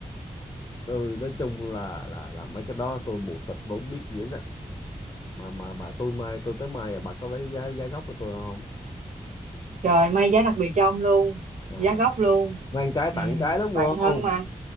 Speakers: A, on the left; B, on the right.
A: tôi nói chung là là là mấy cái đó tôi mù tịt tôi không biết gì hết á mà mà mà tôi mai tôi tới mai à, bà có lấy giá, giá gốc của tôi không
B: trời may giá đặc biệt cho ông luôn
A: à,
B: giá gốc luôn
A: mang cái
B: ừ
A: tặng cái đúng
B: bạn
A: không
B: thân mà